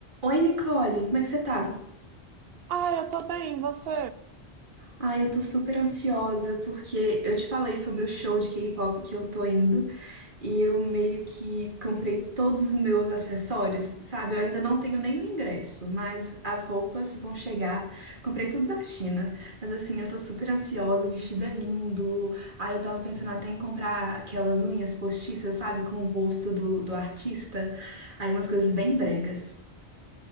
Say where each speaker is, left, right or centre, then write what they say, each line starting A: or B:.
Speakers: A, on the right; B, on the right.
A: Oi, Nicole, como é que você tá?
B: Ai, eu tô bem, e você?
A: Ai, eu tô super ansiosa porque eu te falei sobre o show de K-pop que eu tô indo e eu meio que comprei todos os meus acessórios, sabe? Eu ainda não tenho nem o ingresso, mas as roupas vão chegar. Comprei tudo da China, mas assim, eu tô super ansiosa, o vestido é lindo. Ai, eu tava pensando até em comprar aquelas unhas postiças, sabe? Com o rosto do, do artista. Aí, umas coisas bem bregas.